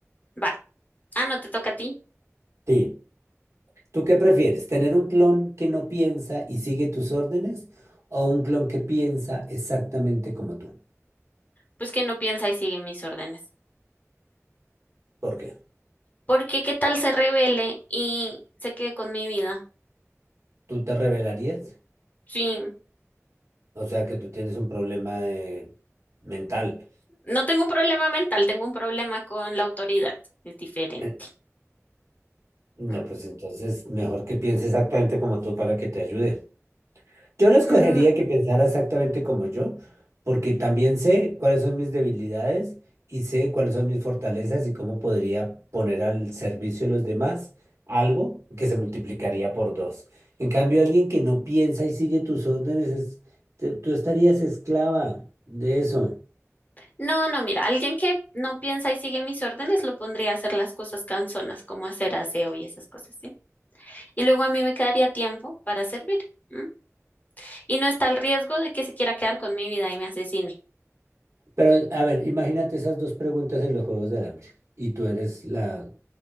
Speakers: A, on the left; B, on the right.
A: va. Ah, no te toca a ti.
B: Sí. ¿Tú qué prefieres? ¿Tener un clon que no piensa y sigue tus órdenes o un clon que piensa exactamente como tú?
A: Pues que no piensa y sigue mis órdenes.
B: ¿Por qué?
A: Porque qué tal se revele y se quede con mi vida.
B: ¿Tú te rebelarías?
A: Sí,
B: O sea, que tú tienes un problema eh, mental.
A: no tengo un problema mental, tengo un problema con la autoridad. Es diferente.
B: Eh, No,
A: Mm.
B: pues entonces mejor que piense exactamente como tú para que te ayude. Yo lo escogería
A: Mm,
B: que pensara exactamente como yo, porque también sé cuáles son mis debilidades y sé cuáles son mis fortalezas y cómo podría poner al servicio de los demás algo que se multiplicaría por dos. En cambio, alguien que no piensa y sigue tus órdenes, es- te- tú estarías esclava de eso.
A: No, no, mira, alguien que no piensa y sigue mis órdenes lo pondría a hacer las cosas cansonas, como hacer aseo y esas cosas, ¿sí? y luego a mí me quedaría tiempo para servir. ¿m? Y no está el riesgo de que se quiera quedar con mi vida y me asesine.
B: Pero, a ver, imagínate esas dos preguntas en los Juegos del Hambre y tú eres la